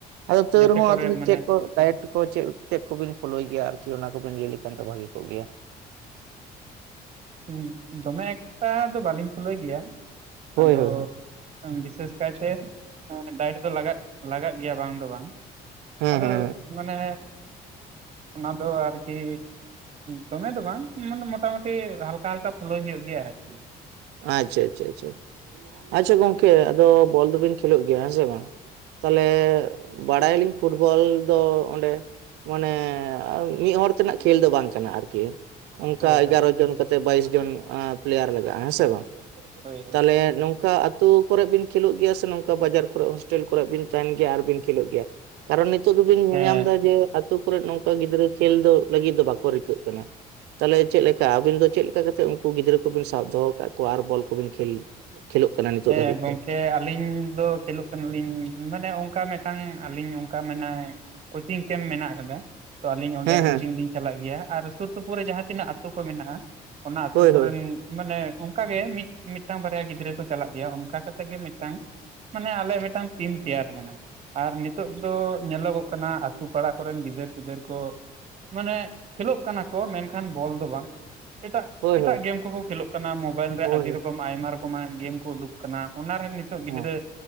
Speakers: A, on the right; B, on the right.
A: ᱟᱫᱚ ᱛᱟᱹᱨ
B: ᱡᱟᱛᱮ
A: ᱨᱮᱦᱚᱸ
B: ᱠᱚᱨᱮ
A: ᱟᱫᱚ
B: ᱢᱟᱱᱮ
A: ᱪᱮᱫ ᱠᱚ᱾ ᱰᱟᱭᱮᱴ ᱠᱚ ᱪᱮᱫ ᱪᱮᱫ ᱠᱚᱵᱤᱱ ᱯᱷᱳᱞᱳᱭ ᱜᱮᱭᱟ ᱟᱨᱠᱤ ᱚᱱᱟ ᱠᱚᱵᱤᱱ ᱞᱟᱹᱭ ᱞᱮᱠᱷᱟᱱ ᱫᱚ ᱵᱷᱟᱜᱤ ᱠᱚᱜ ᱜᱮᱭᱟ᱾
B: ᱦᱚᱸ ᱫᱚᱢᱮ ᱮᱠᱴᱟ ᱫᱚ ᱵᱟᱹᱞᱤᱧ ᱯᱷᱳᱞᱳᱭ ᱜᱮᱭᱟ
A: ᱦᱳᱭ
B: ᱟᱫᱚ
A: ᱦᱳᱭ ᱦᱳᱭ
B: ᱦᱩᱸ ᱵᱤᱥᱮᱥ ᱠᱟᱭᱛᱮ ᱰᱟᱭᱤᱴ ᱫᱚ ᱞᱟᱜᱟᱜ ᱞᱟᱜᱟᱜ ᱜᱮᱭᱟ ᱵᱟᱝ ᱫᱚ ᱵᱟᱝ᱾
A: ᱦᱮᱸ
B: ᱟᱫᱚᱜ
A: ᱦᱮᱸ
B: ᱢᱟᱱᱮ ᱚᱱᱟ ᱫᱚ ᱟᱨᱠᱤ ᱫᱚᱢᱮ ᱫᱚ ᱵᱟᱝ ᱢᱟᱱᱮ ᱢᱚᱴᱟ ᱢᱩᱴᱤ ᱦᱟᱞᱠᱟ ᱦᱟᱞᱠᱟ ᱯᱷᱩᱞᱚᱭ ᱦᱩᱭᱩᱜ ᱜᱮᱭᱟ ᱟᱨᱠᱤ ᱾
A: ᱟᱪᱪᱷᱟ ᱟᱪᱪᱷᱟ ᱟᱪᱪᱷᱟ, ᱟᱪᱪᱷᱟ ᱜᱚᱝᱠᱮ ᱟᱫᱚ ᱵᱚᱞ ᱫᱚᱵᱤᱱ ᱠᱷᱮᱞᱚᱜ ᱜᱮᱭᱟ ᱦᱮᱸ ᱥᱮ ᱵᱟᱝ? ᱛᱟᱦᱞᱮ ᱵᱟᱲᱟᱭᱟᱞᱤᱧ ᱯᱷᱩᱴᱵᱚᱞ ᱫᱚ ᱚᱸᱰᱮ ᱢᱟᱱᱮ ᱢᱤᱫ ᱦᱚᱲ ᱛᱮᱱᱟᱜ ᱠᱷᱮᱞ ᱫᱚ ᱵᱟᱝ ᱠᱟᱱᱟ ᱟᱨᱠᱤ ᱚᱱᱠᱟ
B: ᱦᱳᱭ
A: ᱮᱜᱟᱨᱚ
B: ᱦᱳᱭ
A: ᱡᱚᱱ ᱠᱟᱛᱮᱜ ᱵᱟᱭᱤᱥ ᱡᱚᱱ ᱯᱮᱞᱮᱭᱟᱨ ᱞᱟᱜᱟᱜᱼᱟ ᱦᱮᱸ ᱥᱮ ᱵᱟᱝ?
B: ᱦᱳᱭ ᱦᱳᱭ
A: ᱛᱟᱦᱞᱮ ᱱᱚᱝᱠᱟ ᱟᱹᱛᱩ ᱠᱚᱨᱮᱜ ᱵᱤᱱ ᱠᱷᱮᱞᱚᱜ ᱜᱮᱭᱟ ᱥᱮ ᱱᱚᱝᱠᱟ ᱵᱟᱡᱟᱨ ᱠᱚᱨᱮᱜ ᱦᱚᱥ ᱴᱮᱞ ᱠᱚᱨᱮᱜ ᱵᱤᱱ ᱛᱟᱦᱮᱸᱱ ᱜᱮᱭᱟ ᱟᱨᱵᱤᱱ ᱠᱷᱮᱞᱚᱜ ᱜᱮᱭᱟ, ᱛᱟᱨᱚ ᱱᱤᱛᱩᱜ ᱫᱚᱵᱤᱱ ᱧᱮᱞᱧᱟᱢ
B: ᱦᱮᱸ
A: ᱮᱫᱟ ᱡᱮ, ᱟᱛ ᱛᱩ ᱠᱚᱨᱮᱜ ᱱᱚᱝᱠᱟ ᱜᱤᱫᱽᱨᱟᱹ ᱠᱷᱮᱞ ᱫᱚ ᱞᱟᱹᱜᱤᱫ ᱫᱚ ᱵᱟᱠᱚ ᱨᱤᱠᱟᱹᱜ ᱠᱟᱱᱟ ᱾ ᱛᱟᱦᱞᱮ ᱪᱮᱫ ᱞᱮᱠᱟ ᱟᱹᱵᱤᱱ ᱫᱚ ᱪᱮᱫ ᱞᱮᱠᱟ ᱠᱟᱛᱮᱫ ᱩᱱᱠᱩ ᱜᱤᱫᱽᱨᱟᱹ ᱠᱚᱵᱤᱱ ᱥᱟᱵ ᱫᱚᱦᱚ ᱟᱠᱟᱫ ᱠᱚᱣᱟ ᱟᱨ ᱵᱚᱞ ᱠᱚᱵᱤᱱ ᱠᱷᱮᱞ ᱠᱷᱮᱞᱚᱜ ᱠᱟᱱᱟ ᱱᱤᱛᱚᱜ
B: ᱦᱮᱸ
A: ᱫᱷᱟᱹᱵᱤᱡ
B: ᱜᱚᱝ
A: ᱛᱮ
B: ᱠᱮ ᱟᱹᱞᱤᱧ ᱫᱚ ᱠᱷᱮᱞᱚᱜ ᱠᱟᱱᱟ ᱞᱤᱧ ᱢᱟᱱᱮ ᱚᱱᱠᱟ ᱢᱤᱫᱴᱟᱝ ᱟᱹᱞᱤᱧ ᱚᱱᱠᱟ ᱢᱮᱱᱟ ᱠᱚᱪᱤᱧ ᱠᱮᱢᱯ ᱢᱮᱱᱟᱜ ᱟᱠᱟᱫᱟ ᱾ ᱛᱚ ᱟᱹᱞᱤᱧ ᱚᱸᱰᱮ
A: ᱦᱮᱸ ᱦᱮᱸ
B: ᱠᱚᱪᱤᱧ ᱞᱤᱧ ᱪᱟᱞᱟᱜ ᱜᱮᱭᱟ, ᱟᱨ ᱥᱩᱨ ᱥᱩᱯᱩᱨ ᱨᱮ ᱡᱟᱦᱟᱸ ᱛᱤᱱᱟᱹᱜ ᱟᱹᱛᱩ ᱠᱚ ᱢᱮᱱᱟᱜᱼᱟ ᱾ ᱚᱱᱟ ᱟᱹᱛᱩ
A: ᱦᱳᱭ
B: ᱠᱚᱨᱮᱱ
A: ᱦᱳᱭ
B: ᱢᱟᱱᱮ ᱚᱱᱠᱟ ᱜᱮ ᱢᱤᱫ ᱢᱤᱫᱴᱟᱝ ᱵᱟᱨᱭᱟ ᱜᱤᱫᱽᱨᱟᱹ ᱠᱚ ᱪᱟᱞᱟᱜ ᱜᱮᱭᱟ ᱚᱱᱠᱟ ᱠᱟᱛᱮ ᱜᱮ ᱢᱤᱫᱴᱟᱝ, ᱢᱟᱱᱮ ᱟᱞᱮ ᱢᱤᱫᱴᱟᱝ ᱴᱤᱢ ᱛᱮᱭᱟᱨ ᱠᱟᱱᱟ ᱾ ᱟᱨ ᱱᱤᱛᱚᱜ ᱫᱚ ᱧᱮᱞᱚᱜᱚᱜ ᱠᱟᱱᱟ ᱟ ᱛᱩ ᱯᱟᱲᱟ ᱠᱚᱨᱮᱱ ᱜᱤᱫᱟᱹᱨ ᱯᱤᱫᱟᱹᱨ ᱠᱚ ᱢᱟᱱᱮ ᱠᱷᱮᱞᱚᱜ ᱠᱟᱱᱟ ᱠᱚ ᱢᱮᱱᱠᱷᱟᱱ ᱵᱚᱞ ᱫᱚ ᱵᱟᱝ ᱮᱴᱟᱜ
A: ᱦᱳᱭ
B: ᱮᱴᱟᱜ
A: ᱦᱳᱭ
B: ᱜᱮᱢ ᱠᱚᱠᱚ ᱠᱷᱮᱞᱚᱜ ᱠᱟᱱᱟ ᱢᱚᱵᱟᱭᱤᱞ ᱨᱮ
A: ᱦᱳᱭ
B: ᱟᱹᱰᱤ ᱨᱚᱠᱚᱢ ᱟᱭᱢᱟ ᱨᱚᱠᱚᱢᱟᱜ ᱜᱮᱢ ᱠᱚ ᱩᱰᱩᱠ ᱠᱟᱱᱟ ᱚᱱᱟᱨᱮ ᱱᱤᱛᱚᱜ
A: ᱦᱳᱭ
B: ᱜᱤᱫᱽᱨᱟᱹ